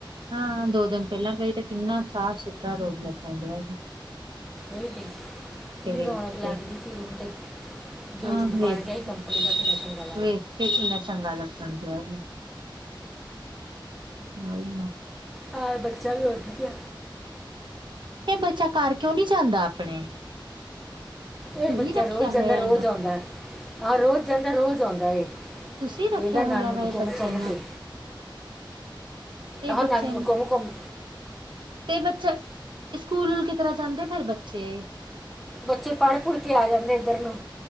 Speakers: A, on the right (about 65°); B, in the centre.
A: ਹਾਂ ਦੋ ਦਿਨ ਪੈਲਾਂ ਗਈ ਤੇ ਕਿੰਨਾ ਸਾਫ਼- ਸੁਥਰਾ ਰੋਡ ਲੱਗਣ ਡਿਆ ਹੀ।
B: ਓਈ ਤੇ ਕਿੰਨੀ ਰੌਣਕ
A: ਵੇਖ ਕੇ
B: ਲੱਗਦੀ ਸੀ ਰੂ ਤੇ। ਗੇਟ
A: ਹਾਂ
B: ਉਦੋਂ ਬਣ
A: ਵੇਖ
B: ਗਿਆ ਹੀ ਕੰਪਨੀ ਦਾ ਕਨੈਕਸ਼ਨ ਵਾਲਾ।
A: ਵੇਖ ਕੇ ਕਿੰਨਾ ਚੰਗਾ ਲੱਗਣ ਡਿਆ ਹੀ। ਓਈ ਨਾ।
B: ਹਾਂ ਬੱਚਾ ਵੀ ਉੱਠ ਗਿਆ।
A: ਏ ਬੱਚਾ ਘਰ ਕਿਉਂ ਨੀ ਜਾਂਦਾ ਆਪਣੇ।
B: ਏ
A: ਤੂੰ ਹੀ
B: ਬੱਚਾ
A: ਰੱਖਿਆ
B: ਰੋਜ਼
A: ਹੋਇਆ
B: ਜਾਂਦਾ- ਰੋਜ਼
A: ਇਹਨੂੰ
B: ਆਉਂਦਾ, ਹਾਂ ਰੋਜ਼ ਜਾਂਦਾ ਰੋਜ਼ ਆਉਂਦਾ ਏ।
A: ਤੁਸੀਂ ਰੱਖਿਆ
B: ਵੇੇਦਾ ਨਾਨੂ
A: ਹੋਇਆ ਵਾ
B: ਨੂੰ
A: ਇਹ
B: ਘੁੰਮ
A: ਬੱਚੇ
B: ਘੁੰਮ ਕੇ।
A: ਏ
B: ਆਹ
A: ਬੱਚੇ
B: ਨਾਨੂ
A: ਨੂੰ
B: ਕੁੰਮ ਕੁੰਮ
A: ਤੇ ਬੱਚਾ ਸਕੂਲ ਕਿਤਰ੍ਹਾਂ ਜਾਂਦੇ ਫੇਰ ਬੱਚੇ।
B: ਬੱਚੇ ਪੜ੍ਹ ਪੁੜ੍ਹ ਕੇ ਆ ਜਾਂਦੇ ਏਧਰ ਨੂੰ